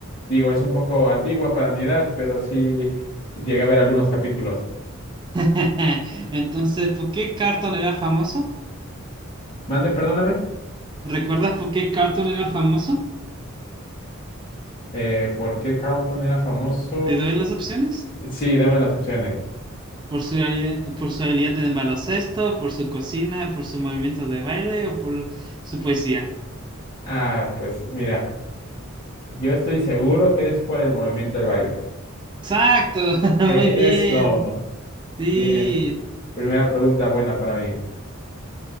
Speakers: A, on the left; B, on the right.
A: digo, es un poco antigua para mi edad, pero sí llegué a ver algunos capítulos.
B: <laughs> Entonces, ¿por qué Carlton era famoso?
A: Mande, perdóname.
B: ¿Recuerdas por qué Carlton era famoso?
A: Eh, ¿por qué Carlton era famoso?
B: ¿Te doy las opciones?
A: Sí, dame las opciones.
B: por su habilidad, por su habilidad en el baloncesto, por su cocina, por su movimiento de baile o por su poesía.
A: Ah, pues mira, yo estoy seguro que es por el movimiento de baile.
B: Exacto,
A: <laughs>
B: <laughs>
A: Eso.
B: muy bien. Sí.
A: Bien. Primera pregunta buena para mí.